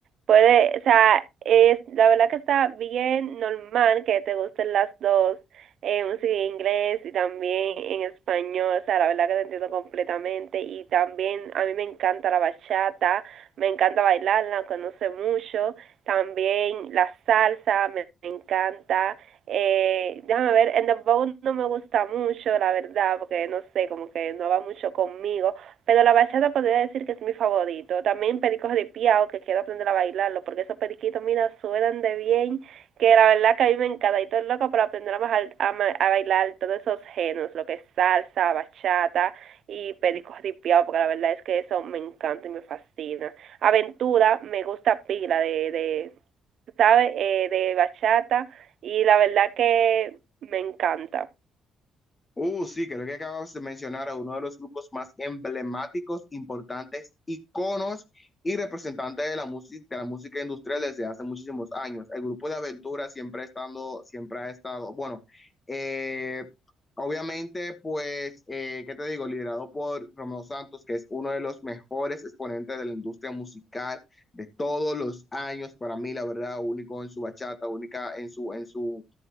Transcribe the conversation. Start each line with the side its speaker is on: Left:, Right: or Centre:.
Right: puede, o sea, es, la verdad que está bien normal que te gusten las dos, eh, música en inglés y también en español. O sea, la verdad que te entiendo completamente. Y también a mí me encanta la bachata, me encanta bailarla, conoce mucho. También la salsa, me, me encanta. Eh, déjame ver, el dembow no me gusta mucho, la verdad, porque no sé, como que no va mucho conmigo pero la bachata podría decir que es mi favorito. También pericos de piao, que quiero aprender a bailarlo, porque esos periquitos, mira, suenan de bien, que la verdad que a mí me encanta. Y todo es loco para aprender a, a a bailar todos esos géneros, lo que es salsa, bachata y pericos de piao, porque la verdad es que eso me encanta y me fascina. Aventura, me gusta pila de, de ¿sabes? Eh, de bachata, y la verdad que me encanta.
Left: Uh, sí, creo que acabas de mencionar a uno de los grupos más emblemáticos, importantes, iconos y representantes de la música, de la música industrial desde hace muchísimos años. El grupo de Aventura siempre estando, siempre ha estado, bueno, eh, Obviamente, pues, eh, ¿qué te digo? Liderado por Romeo Santos, que es uno de los mejores exponentes de la industria musical de todos los años, para mí, la verdad, único en su bachata, única en su, en su,